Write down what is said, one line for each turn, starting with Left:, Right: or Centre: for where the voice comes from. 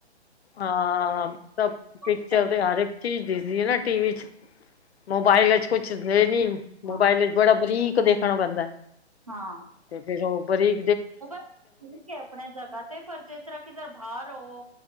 Left: ਹਾਂ ਪਿਕਚਰ
Right: ਇਕੱਠਾ
Left: ਤੇ ਹਰ ਇੱਕ ਚੀਜ਼ ਦਿਸਦੀ ਹੈ ਨਾ ਟੀਵੀ ਚ। ਮੋਬਾਇਲ ਚ ਕੁਛ ਇਹ ਨੀ ਮੋਬਾਇਲ
Right: ਹਾਂ
Left: ਚ ਬੜਾ ਬਰੀਕ ਦੇਖਣਾ ਪੈਂਦਾ।
Right: ਹਾਂ
Left: ਤੇ ਫਿਰ ਉਹ ਬਰੀ।
Right: ਉਹ ਬਸ ਠੀਕ ਹੈ ਆਪਣੇ ਜਗ੍ਹਾ ਤੇ ਪਰ ਜਿਸ ਤਰ੍ਹਾਂ ਕਿਧਰ ਬਾਹਰ ਹੋ।